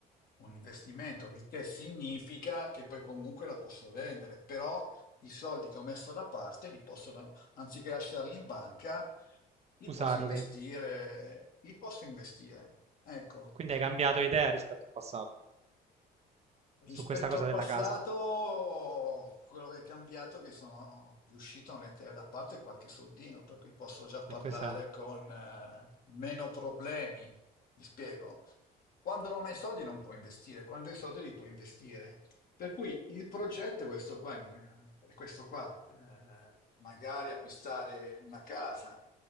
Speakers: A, on the left; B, on the right.
A: Un investimento, il che significa che poi comunque la posso vendere, però i soldi che ho messo da parte li posso da- anziché lasciarli in banca, li
B: usarli.
A: posso investire, li posso investire. Ecco,
B: Quindi hai cambiato idea rispetto al passato
A: Rispetto
B: su questa cosa
A: al passato,
B: della casa.
A: quello che è cambiato è che sono riuscito a mettere da parte qualche soldino, per cui posso già parlare
B: E questa,
A: con eh, meno problemi. Mi spiego. Quando non hai soldi non puoi investire, quando hai soldi li puoi investire. Per cui il progetto è questo qua, eh, è questo qua. Eh, magari acquistare una casa.